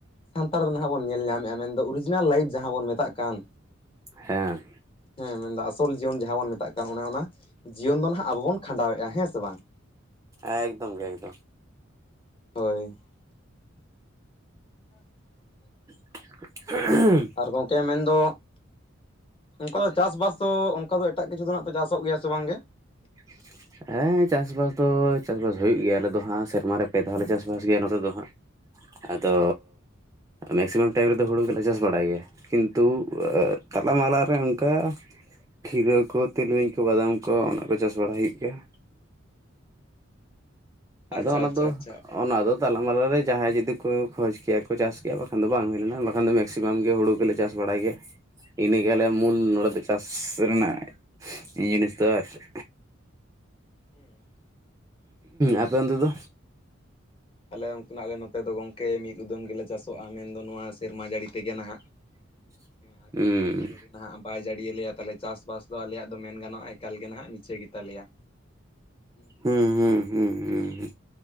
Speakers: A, on the left; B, on the right.
A: ᱥᱟᱱᱛᱟᱲ ᱫᱚ ᱱᱟᱦᱟᱸᱜ ᱵᱚᱱ ᱧᱮᱞ ᱧᱟᱢᱮᱜ-ᱟ, ᱢᱮᱱᱫᱚ ᱚᱨᱤᱡᱤᱱᱟᱞ ᱞᱟᱭᱤᱯᱷ ᱡᱟᱦᱟᱸ ᱵᱚᱱ ᱢᱮᱛᱟᱜ ᱠᱟᱱ᱾
B: ᱦᱮᱸ᱾
A: ᱦᱮᱸ ᱢᱮᱱᱫᱚ ᱟᱥᱚᱞ ᱡᱤᱭᱚᱱ ᱡᱟᱦᱟᱸ ᱵᱚᱱ ᱢᱮᱛᱟᱜ ᱠᱟᱱ ᱚᱱᱮ ᱚᱱᱟ ᱡᱤᱭᱚᱱ ᱫᱚ ᱱᱟᱦᱟᱸᱜ ᱟᱵᱚ ᱵᱚᱱ ᱠᱷᱟᱸᱰᱟᱣᱮᱜ-ᱟ, ᱦᱮᱸ ᱥᱮ ᱵᱟᱝ?
B: ᱮᱠᱫᱚᱢ ᱜᱮ ᱮᱠᱫᱚᱢ᱾
A: ᱦᱚᱭ᱾ ᱛᱮ ᱞᱚᱜᱚᱱᱟᱹᱧ ᱠᱟᱨᱮ ᱥᱮᱪᱮᱫ?
B: <unintelligible>
A: ᱟᱨ ᱜᱚᱝᱠᱮ ᱢᱮᱱᱫᱚ ᱜᱚᱝᱠᱮ ᱪᱟᱥᱼᱵᱟᱥ ᱫᱚ ᱚᱱᱠᱟ ᱫᱚ ᱮᱴᱟᱜ ᱠᱤᱪᱷᱩ ᱫᱚ ᱱᱟᱦᱟᱸᱜ ᱯᱮ ᱪᱟᱥᱚᱜ ᱜᱮᱭᱟ ᱥᱮ ᱵᱟᱝ ᱜᱮ?
B: <inaudible> ᱦᱮᱸ ᱪᱟᱥᱼᱵᱟᱥ ᱫᱚ ᱪᱟᱥᱼᱵᱟᱥ ᱦᱩᱭᱩᱜ ᱜᱮᱭᱟ, ᱟᱞᱮ ᱫᱚ ᱦᱟᱸᱜ ᱥᱮᱨᱢᱟ ᱨᱮ ᱯᱮ ᱫᱷᱟᱣ ᱞᱮ ᱪᱟᱥᱼ ᱵᱟᱥ ᱜᱮᱭᱟ ᱱᱚᱛᱮ ᱫᱚ ᱦᱟᱸᱜ᱾
A: ᱦᱩᱸ
B: ᱟᱫᱚ ᱢᱮᱠᱥᱤᱢᱟᱢ ᱴᱟᱭᱤᱢ ᱨᱮᱫᱚ ᱦᱩᱲᱩ ᱜᱮᱞᱮ ᱪᱟᱥ ᱵᱟᱲᱟᱭ ᱜᱮᱭᱟ᱾ ᱠᱤᱱᱛᱩ ᱟᱻ ᱛᱟᱞᱟ ᱢᱟᱞᱟ ᱨᱮ ᱚᱱᱠᱟ ᱠᱷᱤᱨᱟᱹ ᱠᱚ ᱛᱤᱞᱢᱤᱧ ᱠᱚ ᱵᱟᱫᱟᱢ ᱠᱚ ᱚᱱᱟ ᱠᱚ ᱪᱟᱥ ᱵᱟᱲᱟᱭ ᱦᱩᱭᱩᱜ ᱜᱮ ᱭᱟ
A: ᱟᱪᱪᱷᱟ
B: ᱩᱸᱻ
A: ᱟᱪᱪᱷᱟ
B: ᱟᱫᱚ ᱚᱱᱟ ᱫᱚ
A: ᱟᱪᱪᱷᱟ
B: ᱚᱱᱟ ᱫᱚ ᱛᱟᱞᱟ ᱢᱟᱞᱟ ᱨᱮ ᱡᱟᱦᱟᱸᱭ ᱡᱩᱫᱤ ᱠᱚ ᱠᱷᱚᱡᱽ ᱠᱮᱭᱟ ᱠᱚ ᱪᱟᱥ ᱠᱮᱭᱟ ᱵᱟᱠᱷᱟᱱ ᱫᱚ ᱵᱟᱝ ᱦᱩᱭ ᱞᱮᱱᱟ ᱵᱟᱠᱷᱟᱱ ᱫᱚ ᱢᱮᱠᱥᱤᱢᱟᱢ ᱜᱮ ᱦᱩᱲᱩ ᱜᱮᱞᱮ ᱪᱟᱥ ᱵᱟᱲᱟᱭ ᱜᱮᱭᱟ᱾ ᱤᱱᱟᱹ ᱜᱮ, ᱟᱞᱮ ᱢᱩᱞ ᱱᱚᱸᱰᱮ ᱫᱚ ᱪᱟᱥ ᱨᱮᱱᱟᱜ ᱡᱤᱱᱤᱥ ᱫᱚ ᱟᱨ ᱪᱮᱫ᱾
A: ᱦᱩᱸ᱾
B: ᱟᱯᱮ ᱚᱱᱛᱮ ᱫᱚ?
A: ᱟᱞᱮ ᱚᱱᱛᱮ ᱱᱟᱜ ᱟᱞᱮ ᱱᱚᱛᱮ ᱫᱚ ᱜᱚᱝᱠᱮ ᱢᱤᱫ ᱩᱫᱟᱹᱢ ᱜᱮᱞᱮ ᱪᱟᱥᱚᱜ-ᱟ, ᱢᱮᱱᱫᱚ ᱱᱚᱣᱟ ᱥᱮᱨᱢᱟ ᱡᱟᱹᱲᱤ ᱛᱮᱜᱮ ᱱᱟᱦᱟᱸᱜ᱾
B: <inaudible>
A: ᱦᱮᱸ ᱟᱨ
B: ᱦᱩᱸ
A: ᱡᱩᱫᱤ ᱥᱮᱨᱢᱟ ᱡᱟᱹᱲᱤ ‌ᱱᱟᱦᱟᱸᱜ ᱵᱟᱭ ᱡᱟᱲᱤᱭᱟ ᱞᱮᱭᱟ, ᱛᱟᱦᱚᱞᱮ ᱪᱟᱥᱼᱵᱟᱥ ᱫᱚ ᱟᱞᱮᱭᱟᱜ ᱫᱚ ᱢᱮᱱ ᱜᱟᱱᱚᱜ-ᱟ ᱮᱠᱟᱞ ᱜᱮ ᱱᱟᱦᱟᱸᱜ ᱢᱤᱪᱷᱟᱹ ᱜᱮᱛᱟ ᱞᱮᱭᱟ᱾ ᱦᱩᱸ᱾
B: ᱦᱩᱸ ᱦᱩᱸ ᱦᱩᱸ ᱦᱩᱸ